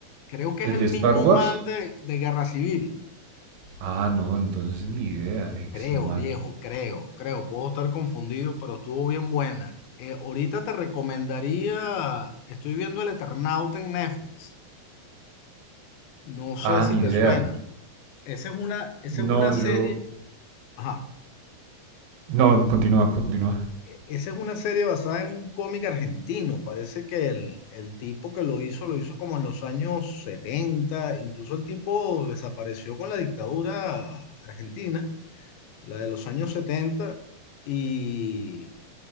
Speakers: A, on the left; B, on the right.
A: Creo que
B: ¿El
A: es el
B: de
A: mismo
B: Star Wars?
A: man de, de Guerra Civil.
B: Ah, no, entonces ni idea. Ex
A: Creo,
B: Máquina.
A: viejo, creo, creo. Puedo estar confundido, pero estuvo bien buena. Eh, ahorita te recomendaría, estoy viendo El Eternauta en Netflix. No sé
B: Ah,
A: si
B: ni
A: te
B: idea.
A: suena. Esa es una, esa es una
B: No, yo.
A: serie. Ajá.
B: No, continúa, continúa.
A: e- Esa es una serie basada en un cómic argentino. Parece que el, el tipo que lo hizo lo hizo como en los años setenta, Incluso el tipo desapareció con la dictadura argentina, la de los años setenta, Y,